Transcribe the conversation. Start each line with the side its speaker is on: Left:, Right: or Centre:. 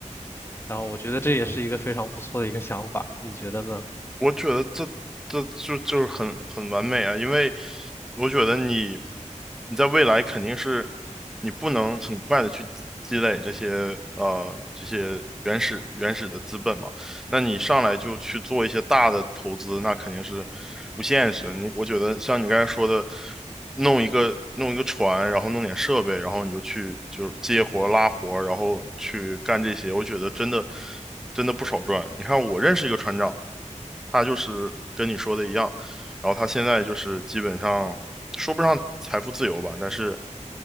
Left: 然后我觉得这也是一个非常不错的一个想法，你觉得呢？
Centre: 我觉得这这就就是很很完美啊，因为我觉得你你在未来肯定是你不能很快的去积累这些呃这些原始原始的资本嘛，那你上来就去做一些大的投资，那肯定是不现实。你我觉得像你刚才说的，弄一个弄一个船，然后弄点设备，然后你就去就是接活拉活然后去干这些，我觉得真的真的不少赚。你看我认识一个船长，他就是跟你说的一样，然后他现在就是基本上说不上财富自由吧，但是